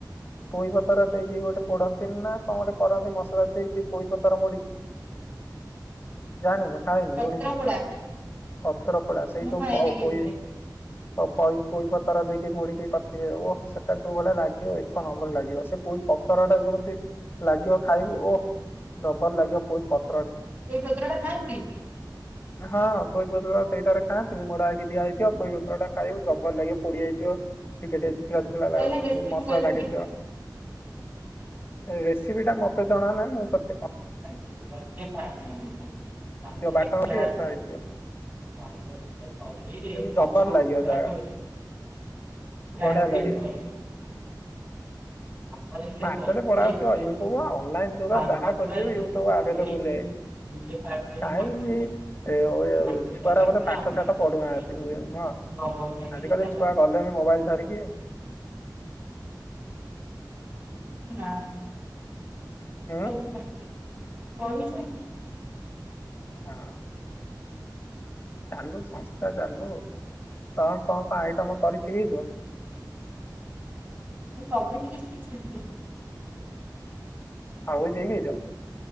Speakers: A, on the left; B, on the right.
A: ପୋଇ ପତର ର ଦେଇକି ଗୋଟେ ପଡ <unintelligible> ଚୁନା କଣ ଗୋଟେ କରନ୍ତି ମସଲା ଦେଇକି ପୋଇପତର ମୋଡିକି ଜାଣୁ ଖାଇନୁ
B: ପତ୍ର
A: ଲୋଣୀ ସୁୁଖୁଆ
B: ପୋଡା
A: ପତର ପୋଡ଼ା ସେଇ
B: ମୁଁ
A: ଯୋଉ
B: ଖାଏନି କେବେ।
A: ପୋଇ ପୋଇ ପତର ଦେଇକି ମୋଡିକି କରିଥିବେ ଓ ସେଟା ଜଉ ଭଳିଆ ଲାଗିବ ଏକ ନମ୍ବର ଲାଗିବ ସେ ପୋଇ ପତର ଟାକୁ - ଲାଗିବ ଖାଇବୁ ଓ ଭଲ ଲାଗିବ ପୋଇପତର।
B: ଏଇ ପତ୍ରଟା ଖାଆନ୍ତି।
A: ହଁ ପୋଇ ପତର ସେଇଟାରେ ଖାଆନ୍ତି ମୋଡା ହେଇକି ଦିଆହେଇଥିବ। ପୋଇ ପତର ଟା ଖାଇବୁ ଜବର ଲାଗିବ ପୋଡିଯାଇଥିବ। ଟିକେ ଟିକେ ଶୁଖିଲା ଶୁଖିଲା
B: ତାହେଲେ
A: ଲାଗିବ
B: ରେସିପି
A: ମସଲା
B: କହିଲେ
A: ଲାଗିଥିବ। ରେସିପିଟା ମୋତେ ଜଣା ନାହିଁ ମୁଁ ତତେ କଣ
B: <unintelligible>
A: ବାଟଣ କି ଏଟା ହେଇଥିବ।
B: <unintelligible>
A: ଏମିତି ଜବର ଲାଗିବ ଜାଗା
B: <unintelligible>
A: ବଢିଆ ଲାଗିବ।
B: ତାପରେ ସେ
A: ମାରଦେଲେ
B: ଗ୍ରାଇଣ୍ଡିଙ୍ଗ
A: ପଳେଇ ଆସିବ।
B: ଟି
A: ୟୁଟୁବୁ ଅଲଲାଇନ୍ ଯୁଗ
B: ସାରୁ
A: ଯାହା
B: ପଟୁଆରେ
A: ଖୋଜିବି ୟୁଟୁବୁ
B: ଘୋଡେଇକି
A: ଆଭେଲେବୁଲରେ।
B: ନିଜେ ପାଟିରେ
A: କାହିଁକି
B: ନାଖିବେ
A: ଏ
B: ନାଖି
A: ଛୁଆରା
B: ସାଇଲା
A: ବୋଧେ
B: ପରେ
A: ପାଠ
B: ଅନ୍ୟକୁ
A: ଶାଠ ପଢୁନାହାନ୍ତି
B: ଖୁଆଇବେ
A: ନୁହଁ।
B: ନ ଭଲ ଲାଗିଲେ
A: ଆଜି କାଲି
B: ତା
A: ଛୁଆ ଗଲେଣି ମୋବାଇଲ ଧରିକି।
B: <inaudible> ନାଁ।
A: ହୁଁ
B: ପଢୁଛନ୍ତି ପଢିଛନ୍ତି।
A: <unintelligible> ଚାଲୁ ସଂସ୍ଥା ଚାଲୁ। କଣ କଣ ଆଇଟମ କରିଶିଖିଛୁ?
B: ମୁଁ ସବୁ ଶିଖିଛି କିଛି ଶିଖିନି।
A: ଆଉ ଶିଖିଛ।